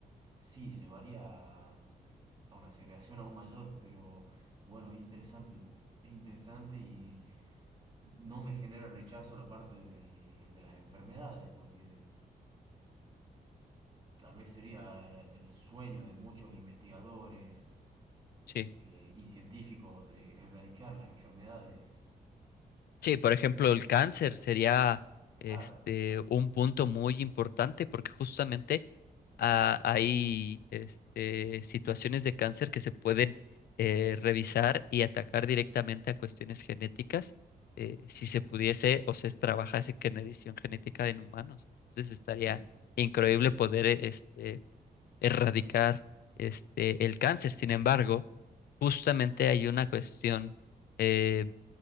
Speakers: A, on the right (about 30°); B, on the left (about 75°).
A: sí, llevaría a a una segregación aún mayor, pero bueno, es interesante, es interesante y... No me genera rechazo la parte de, de las enfermedades, porque tal vez sería el sueño de muchos investigadores
B: Sí.
A: eh, y científicos eh, erradicar las enfermedades.
B: Sí, por ejemplo, el cáncer sería
A: Claro,
B: este, un punto muy importante porque justamente ah, hay este, situaciones de cáncer que se pueden eh, revisar y atacar directamente a cuestiones genéticas eh, si se pudiese o se trabajase con edición genética en humanos. Entonces estaría
A: sí,
B: increíble poder eh, este, erradicar este, el cáncer. Sin embargo, justamente hay una cuestión... eh,